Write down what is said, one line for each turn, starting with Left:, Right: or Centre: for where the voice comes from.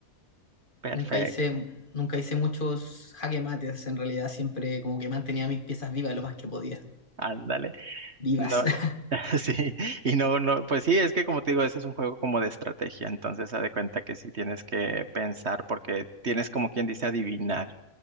Right: perfecto,
Left: Nunca hice, nunca hice muchos jaque mates, en realidad siempre como que mantenía mis piezas vivas lo más que podía.
Right: ándale.
Left: Vivas.
Right: No,
Left: <laughs>
Right: <laughs> sí, y no, no, pues sí, es que como te digo, ese es un juego como de estrategia, entonces haz de cuenta que sí tienes que pensar porque tienes como quien dice adivinar